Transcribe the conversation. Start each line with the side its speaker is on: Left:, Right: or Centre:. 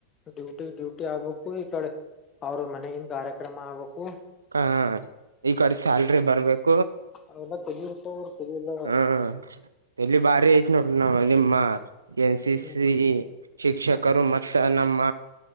Left: ಡ್ಯೂಟಿ ಡ್ಯೂಟಿ ಆಗ್ಬೇಕು ಈ ಕಡೆ ಅವ್ರ ಮನೆಗನ್ ಕಾರ್ಯಕ್ರಮ ಆಗ್ಬೇಕು
Right: ಹ ಈ ಕಡೆ ಸ್ಯಾಲ್ರಿ ಬರ್ಬೇಕು
Left: ಅವಲ್ಲ ತಳರ್ತ <unintelligible> ಅವರು ತ <unintelligible>
Right: ಹ್ಮ ಎಲ್ಲಿ ಬಾರಿ ಐತ್ ನೋಡ ನಾ ನಿಮ್ಮ ಎನ್ ಸಿ
Left: ಹ್ಮ್
Right: ಸಿ ಶಿಕ್ಷಕರು ಮತ್ತ ನಮ್ಮ